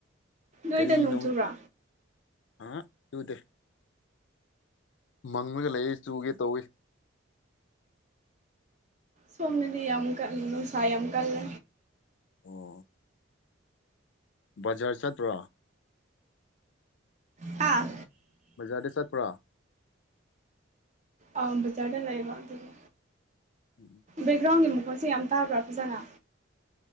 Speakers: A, on the right; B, on the left.
A: ꯅꯣꯏꯗ
B: ꯀꯔꯤꯒꯤ ꯅꯣꯡ
A: ꯆꯨꯕ꯭ꯔꯣ
B: ꯑꯥ ꯆꯨꯗꯦ ꯃꯪꯉꯒ ꯂꯩꯌꯦ ꯆꯨꯒꯦ ꯇꯧꯏ
A: ꯁꯣꯝꯗꯗꯤ ꯌꯥꯝ ꯀꯜ ꯅꯨꯡꯁꯥ ꯌꯥꯝ ꯀꯜꯂꯦ
B: ꯑꯣ ꯕꯖꯔ ꯆꯠꯇ꯭ꯔꯣ
A: ꯍꯥ
B: ꯕꯖꯥꯔꯗ ꯆꯠꯄ꯭ꯔꯥ
A: ꯑ ꯕꯖꯥꯔꯗ ꯂꯩꯕ ꯑꯗꯨꯗꯤ
B: ꯎꯎꯝ
A: ꯕꯦꯛꯒ꯭ꯔꯥꯎꯟꯒꯤ ꯃꯈꯣꯜꯁꯦ ꯌꯥꯝ ꯇꯥꯕ꯭ꯔꯥ ꯐꯖꯅ